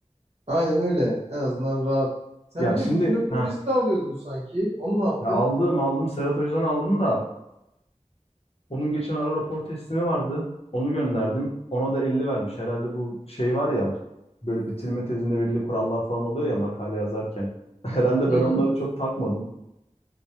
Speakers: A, on the right; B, on the left.
A: Aynen öyle en azından rahat. Sen
B: Ya
A: bir
B: şimdi
A: de bitirme projesi
B: ha
A: de alıyordun sanki. Onu ne yaptın?
B: ya aldım aldım Serhat Hoca'dan aldım da onun geçen ara rapor teslimi vardı. Onu gönderdim. Ona da 50 vermiş. Herhalde bu şey var ya böyle bitirme tezinde belli kurallar falan oluyor ya makale yazarken. <laughs> Herhalde
A: Hı.
B: ben onları çok takmadım.